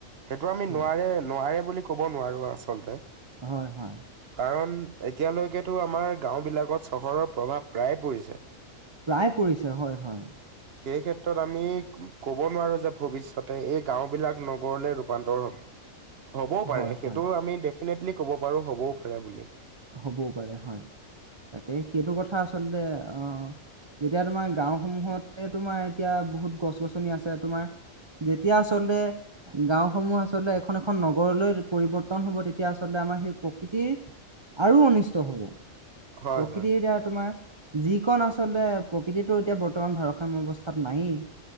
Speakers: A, on the right (about 50°); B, on the right (about 30°).
A: সেইটো আমি
B: হয়।
A: নোৱাৰে- নোৱাৰে বুলি ক'ব নোৱাৰো আচলতে।
B: হয়-হয়।
A: কাৰণ এতিয়ালৈকেতো আমাৰ গাঁওবিলাকত চহৰৰ প্ৰভাৱ প্ৰায়ে পৰিছে।
B: প্ৰায় পৰিছে হয়-হয়।
A: সেই ক্ষেত্ৰত আমি ক'ব নোৱাৰো যে ভ পিছতে এই গাঁও বিলাক নগৰলে ৰূপান্তৰ হ'ব, হ'বও পাৰে।
B: হয় হয়।
A: সেইটো আমি দেখ ডেফিনেটলি ক'ব পাৰোঁ, হ'বও পাৰে বুলি।
B: হ'বও পাৰে হয়। তাকে সেইটো কথা আচলতে আহ যেতিয়া গাঁওসমূহতে তোমাৰ এতিয়া বহুত গছ -গছনি আছে। তোমাৰ যেতিয়া আচলতে গাঁওসমূহ আচলতে এখন-এখন নগৰলৈ পৰিৱৰ্তন হব। তেতিয়া আচলতে প্ৰকৃতিৰ আৰু অনিষ্ট হব।
A: হয়
B: প্ৰকৃতিৰ
A: হয়
B: দ্বাৰা তোমাৰ যিকণ আচলতে প্ৰকৃতিটো এতিয়া বৰ্তমান ভাৰসাম্য অৱস্থাত নাইয়ে।